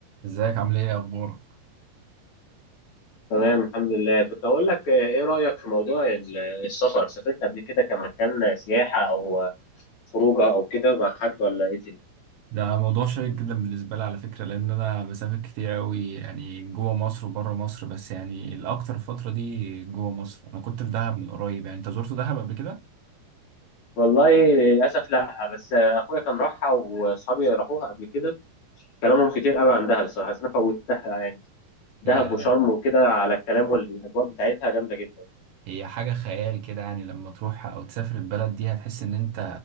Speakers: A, on the right; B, on the left.
A: ازيك عامل ايه إيه اخبارك
B: تمام الحمد لله كنت أقول لك آه، إيه رأيك في موضوع ال- السفر سافرت قبل كده كمكان سياحة أو خروجة أو كده مع حد ولا إيه الدنيا
A: ده موضوع شيق جدا بالنسبه لي على فكره لان انا بسافر كتير قوي يعني جوه مصر وبره مصر بس يعني الاكتر الفتره دي جوه مصر انا كنت في دهب من قريب يعني انت زرت دهب قبل كده
B: والله للأسف لأ بس آه، أخويا كان راحها وأصحابي راحوها قبل كده كلامهم كتير قوي عن دهب بصراحة بس أنا فوتها يعني دهب
A: هي
B: وشرم وكده على الكلام والأجواء بتاعتها جامدة جدا
A: هي حاجه خيال كده يعني لما تروح او تسافر البلد دي هتحس ان انت